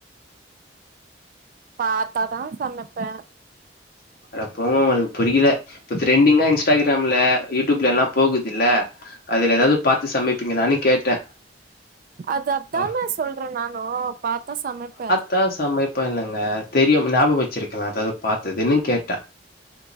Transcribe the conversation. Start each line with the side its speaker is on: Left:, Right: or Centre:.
Right: பாத்தாதா சமைப்பே
Left: அட போங்க உங்களுக்கு புரியில இப்ப டிரரெண்டிங்கா இன்ஸ்டாகிராம்ல யூடியூப்ல எல்லா போகுதுல்ல அதுல ஏதாது பாத்து சமைப்பீங்களான்னு கேட்டே
Right: அது அதானே
Left: பா
Right: சொல்றே நானு பாத்தா சமைப்பே
Left: தா சமைப் இப்ப இல்லங்க தெரியும் ஞாபமக வச்சிருக்கலா அதாவது பார்த்தது என்னன் கேட்டா